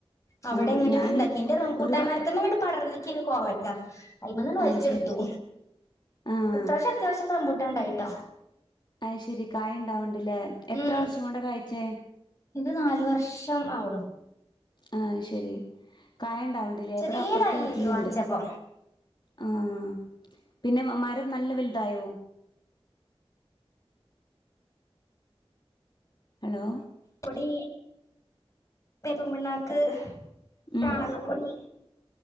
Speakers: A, on the left; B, on the left.
A: അവിടെ
B: ആഹ്
A: ഇങ്ങോട്ട്ന്താക്കി
B: ഞാന്
A: എന്റെ റംബൂട്ടാ
B: ഒരു ഭാ
A: മാർത്മങ്ങട്ട് പടർന്നക്കേനു കോവക്ക അയ്മന്നങ്ങ് വൽച്ചെട്ത്തു
B: അയ് ശരി ആഹ്
A: ഇത്രാശ്യം അത്യാവശ്യ റംപുട്ടാണ്ടായിട്ടോ
B: അയ് ശരി കായ് ഇണ്ടാവ്ണ്ട്ല്ലേ എത്ര
A: ഉം
B: വർഷം കൊണ്ട കാഴ്ച്ചേ
A: ഇത് നാാല് വർഷം ആവ്ണു
B: ആഹ് ശരി കായണ്ടാവ്ണ്ടില്ലേ
A: ചെറിയ
B: ഇവിടെ അപ്പർത്തെ
A: തയ്യായിരുന്നു
B: വീട്ടിലുണ്ടാവ്ണ്ട്
A: വാങ്ങിച്ചപ്പോ
B: ആഹ് പിന്നെ മരം നല്ല വെൽതായോ? ഹലോ
A: പൊടി വേപ്പിൻ പിണ്ണാക്ക് ചാണകപ്പൊടി
B: ഉം